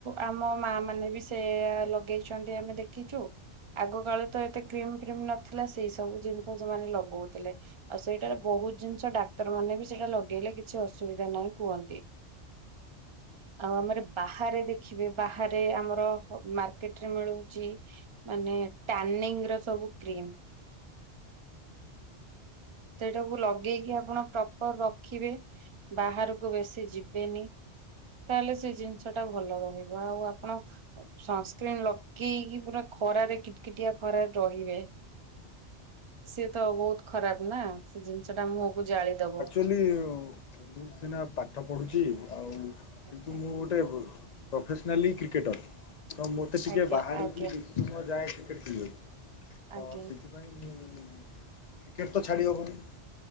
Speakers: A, on the right (about 35°); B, on the left (about 60°).
A: ଆମ ମା ମାନେ ବି ସେୟା ଲଗେଇଛନ୍ତି ଆମେ ଦେଖିଛୁ। ଆଗ କାଳେ ତ ଏତେ କ୍ରିମ୍ ଫ୍ରିମ୍ ନଥିଲା ସେଇ ସବୁ ଜିନିଷ ସେମାନେ ଲଗଉଥିଲେ। ଆଉ ସେଇଟାରେ ବହୁତ ଜିନିଷ ଡାକ୍ତର ମାନେ ବି ସେଇଟା ଲଗେଇଲେ କିଛି ଅସୁବିଧା ନାହିଁ କୁହନ୍ତି। ଆଉ ଆମର ବାହାରେ ଦେଖିବେ ବାହାରେ ଆମର ମାର୍କେଟ୍ ରେ ମିଳୁଚି ମାନେ ଟାନିଙ୍ଗ ର ସବୁ କ୍ରିମ୍। ସେଇଟାକୁ ଲଗେଇକି ଆପଣ ପ୍ରପର୍ ରଖିବେ ବାହାରକୁ ବେଶୀ ଯିବେନି। ତାହେଲେ ସେ ଜିନିଷ ଟା ଭଲ ରହିବ। ଆଉ ଆପଣ ସନସ୍କ୍ରିିନ୍ ଲଗେଇକି ପୁରା ଖରାରେ କିଟ କିିଟିଆ ଖରାରେ ରହିବେ। ସିଏ ତ ବହୁତ ଖରାପ ନା ସେ ଜିନିଷ ଟା ମୁହଁ କୁ ଜାଳିଦବ।
B: ଥିଲି ମୁଁ ସିନା ପାଠ ପଢୁଛି, ଆଉ କିନ୍ତୁ
A: ଆଜ୍ଞା
B: ମୁଁ ଗୋଟେ ପ୍ରଫେସନାଲି କ୍ରିକେଟର୍ ତ ମୋତେ ଟିକେ
A: ଆଜ୍ଞା
B: ବାହାରକୁ
A: ଆଜ୍ଞା
B: ଯି ମୁଁ ମୋ ଯାଏ କ୍ରିକେଟ୍ ଖେଳିବାକୁ ତ
A: ଆଜ୍ଞା
B: ସେଥିପାଇଁ ମୁଁ କେତ ତ ଛାଡିବ କହନି